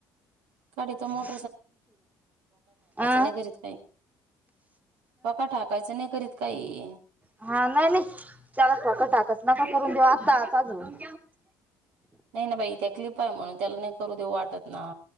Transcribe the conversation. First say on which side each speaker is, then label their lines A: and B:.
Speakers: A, on the right; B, on the right.
A: काडी त मोड
B: अ हा
A: नाही घरीत काही पका टाकायचं नाही करीत काही
B: हा नाही नाही त्याला स्वतः टाकत नका करून देवा. दात जून
A: नाही ना बाई! क्लिप आहे म्हणून त्याला नाही करू देऊ वाटत ना.